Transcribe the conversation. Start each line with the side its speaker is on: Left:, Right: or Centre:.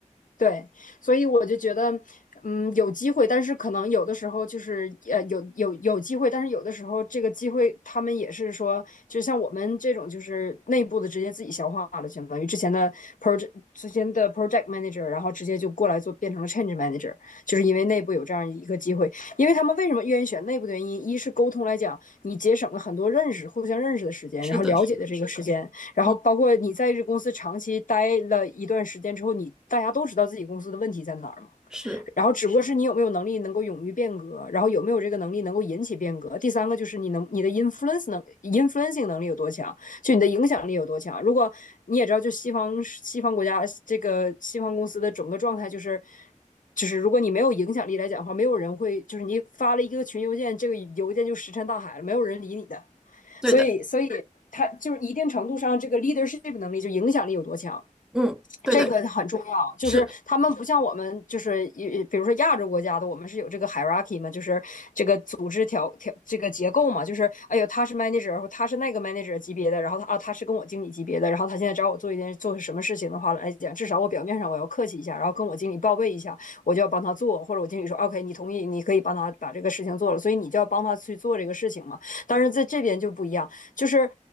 Left: 对，所以我就觉得，嗯，有机会，但是可能有的时候就是，呃，有有有机会，但是有的时候这个机会，他们也是说，就像我们这种，就是内部的直接自己消化了，相当于之前的 project 之前的 project manager，然后直接就过来做变成了 change manager，就是因为内部有这样一个机会，因为他们为什么愿意选内部的原因，一是沟通来讲，你节省了很多认识、互相认识的时间，
Centre: 是的，
Left: 然后了解的这个时间，
Centre: 是的，
Left: 然后包括你在这公司长期待了一段时间之后，
Centre: 嗯，
Left: 你大家都知道自己公司的问题在哪儿嘛。
Centre: 是
Left: 然后只不过是你有没有能力能够勇于变革，然后有没有这个能力能够引起变革。第三个就是你能你的 influence 能 influencing 能力有多强，就你的影响力有多强。如果你也知道，就西方西方国家这个西方公司的整个状态就是。就是如果你没有影响力来讲的话，没有人会，就是你发了一个群邮件，这个邮件就石沉大海了，没有人理你的。
Centre: 对的，
Left: 所以，所以他就是一定程度上，这个 leadership 能力就影响力有多强，
Centre: 嗯，对的，
Left: 这个很重要。就是他们不像我们，
Centre: 是
Left: 就是呃比如说亚洲国家的，我们是有这个 hierarchy 嘛，就是这个组织条条这个结构嘛，就是哎呦，他是 manager，他是那个 manager 级别的，然后他啊，他是跟我经理级别的，然后他现在找我做一件做什么事情的话来讲，至少我表面上我要客气一下，然后跟我经理报备一下，我就要帮他做，或者我经理说 OK，你同意，你可以帮他把这个事情做了，所以你就要帮他去做这个事情嘛。但是在这边就不一样。就是